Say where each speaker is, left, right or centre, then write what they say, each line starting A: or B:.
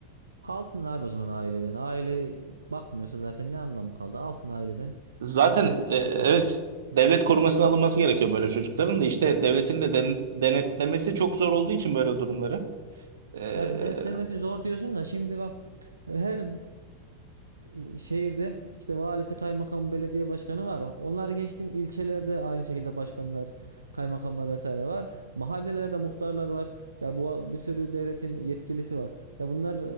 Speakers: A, on the right; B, on the right.
A: Alsın abi o zaman aileden. Aile bakmıyorsa zaten ne anlamı kaldı? Alsın aileden.
B: Zaten
A: e, Devlet
B: e,
A: yetiştirsin.
B: evet devlet korumasına alınması gerekiyor böyle çocukların da işte devletin de den- denetlemesi çok zor olduğu için böyle durumları. E,
A: Ya denetlemesi zor diyorsun da şimdi bak her e, şehirde işte valisi, kaymakamı, belediye başkanı var. Onlar geçtin ilçelerde aynı şekilde başkanlar, kaymakamlar vesaire var. Mahallelerde muhtarlar var. Ya bu bir sürü devletin yetkilisi var. Ya bunlar